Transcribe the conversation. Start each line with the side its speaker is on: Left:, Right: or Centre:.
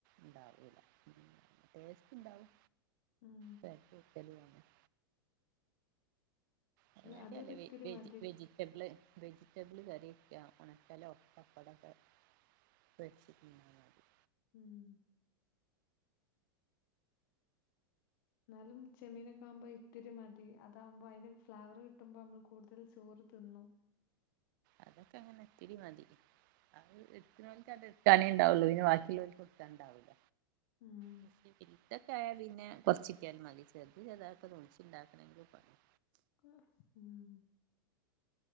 Right: ഉണ്ടാവൂല ടേസ്റ്റ് ഇണ്ടാവും.
Left: ഉം
Right: <unintelligible> അതിനേറ്റിം
Left: അതൊരു
Right: നല്ല
Left: ഇത്തിരി
Right: വെജി
Left: മതി
Right: വെജിറ്റബ്ള് വെജിറ്റബിൾ കറ്യക്കാ ഉണക്കലോ പപ്പടോക്കെ പൊരിച്ച് തിന്നാ മതി
Left: ഉം എന്നാലും ചെമ്മീനൊക്കെ ആവുമ്പോ ഇത്തിരി മതി അതാകുമ്പോ അതിന്റെ ഫ്ലേവർ കിട്ടുമ്പോ നമ്മള് കൂടുതൽ ചോറ് തിന്നും
Right: അതൊക്കെ അങ്ങനെത്തിരി മതി അഅ് എടുക്ക്ണോൽക്ക് എട്ക്കാനെഉണ്ടാവുള്ളൂ പിന്നെ ബാക്കിയുള്ള ഇട്ക്കാൻ ഇണ്ടാവൂല്ല.
Left: ഉം
Right: <unintelligible> യാ പിന്നെ കൊറച്ചിട്ടിയാലും മതി ചെറുത് ചെറുത് ആയിട്ട് <unintelligible> ഇണ്ടാക്കെന്നെങ്കിലും പണിയാ
Left: <unintelligible> ഉം